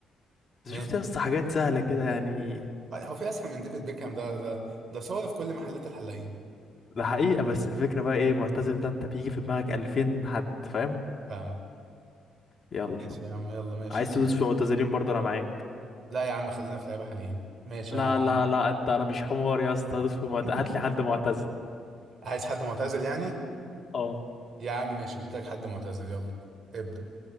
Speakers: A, on the left; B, on the right.
A: بس
B: ماشي
A: شفت يا اسطى حاجات سهلة كده يعني
B: آه، هو في اسهل من ديفيد بيكهام ده ده ده صور في كل محلات الحلاقين
A: ده حقيقة بس الفكرة بقى ايه معتزل ده انت بيجي في دماغك 2000 حد فاهم
B: فاهمك
A: يلا
B: ماشي يا عم يلا ماشي
A: عايز
B: انا
A: تدوس في معتزلين برضه انا معاك
B: لا يا عم خلينا في لعيبه حاليين ماشي
A: لا
B: انا عندي.
A: لا لا انت انا مش حمار يا اسطى دوس في معتزل
B: <laughs>
A: هات لي حد معتزل
B: عايز حد معتزل يعني
A: اه
B: يا عم ماشي جبت لك حد معتزل يلا ابدأ